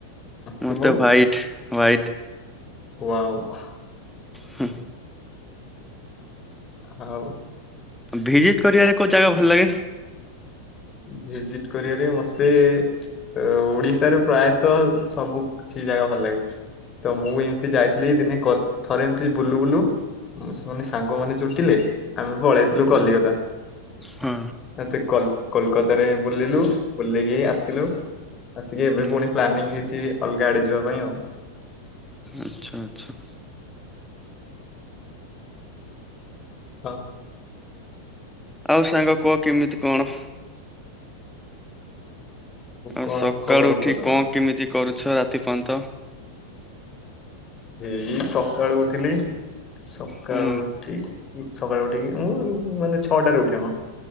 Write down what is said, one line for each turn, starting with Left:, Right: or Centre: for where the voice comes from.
Left: ତୁମକୁ
Centre: ମତେ ହ୍ୱାଇଟ୍ ହ୍ୱାଇଟ୍।
Left: ୱାଓ!
Centre: ହୁଁ।
Left: ହଉ।
Centre: ଭିଜିଟ୍ କରିବାରେ କୋଉ ଜାଗା ଭଲ ଲାଗେ।
Left: ଭିଜିଟ୍ କରିବାରେ ମତେ ଓଡିଶାରେ ପ୍ରାୟତଃ ସବୁ କିଛି। ଜାଗା ଭଲ ଲାଗେ। ତ ମୁଁ ଇଁତି ଯାଇଥିଲି ଦିନେ କ ଥରେ ଏମିତି ବୁଲୁ ବୁଲୁ ସେମାନେ ସାଙ୍ଗମାନେ ଜୁଟିଲେ। ଆମେ ପଳେଇଥିଲୁ କଲିକତା।
Centre: ଅ, ହଁ
Left: ସେ କଲ୍ କୋଲକାତାରେ ବୁଲିଲୁ। ବୁଲିକି ଆସିଲୁ, ଆସିକି ଏବେ
Centre: ହୁଁ
Left: ପୁଣି ପ୍ଲାନିଂ ହେଇଛି ଅଲଗା ଆଡେ ଯିବା ପାଇଁ ଆଉ।
Centre: ଆଛା ଆଛା।
Left: ହଁ।
Centre: ଆଉ ସାଙ୍ଗ କୁହ କିମିତି କଣ? ଆଉ
Left: କଣ
Centre: ସକାଳୁ
Left: ଖବର
Centre: ଉଠି
Left: କୁହ ତମର?
Centre: କଣ କିମିତି କରୁଛ ରାତି ପନ୍ତ?
Left: ଏଇ ସକାଳୁ ଉଠିଲି। ସକାଳୁ
Centre: ହୁଁ
Left: ଉଠିକି, ସକାଳୁ ଉଠିକି ମୁଁ, ମାନେ ଛଅଟାରେ ଉଠେ ମ।